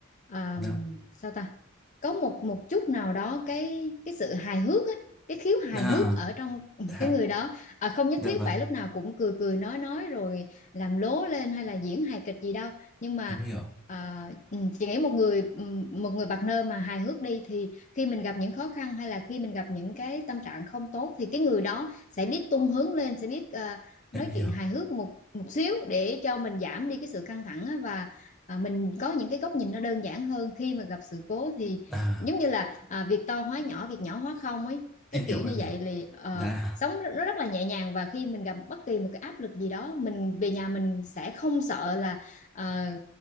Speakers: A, on the left; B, in the centre.
A: à,
B: Dạ.
A: sao ta có một một chút nào đó cái cái sự hài hước á cái khiếu hài
B: À,
A: hước ở trong
B: dạ,
A: <laughs> cái người đó à, không nhất
B: dạ
A: thiết
B: vâng,
A: phải lúc nào cũng cười cười nói nói rồi làm lố lên hay là diễn hài kịch gì đâu nhưng mà
B: em hiểu,
A: à, ừ, chị nghĩ một người ừ, một người partner mà hài hước đi thì khi mình gặp những khó khăn hay là khi mình gặp những cái tâm trạng không tốt thì cái người đó sẽ biết tung hướng lên sẽ biết ờ,
B: em
A: nói
B: hiểu.
A: chuyện hài hước một một xíu để cho mình giảm đi cái sự căng thẳng á, và à, mình có những cái góc nhìn nó đơn giản hơn khi mà gặp sự cố thì
B: À,
A: giống như là à, việc to hóa nhỏ việc nhỏ hóa không ấy
B: em
A: cái kiểu
B: hiểu, em
A: như
B: hiểu.
A: vậy thì ờ,
B: Dạ.
A: sống nó rất là nhẹ nhàng và khi mình gặp bất kỳ một cái áp lực gì đó mình về nhà mình sẽ không sợ là ờ,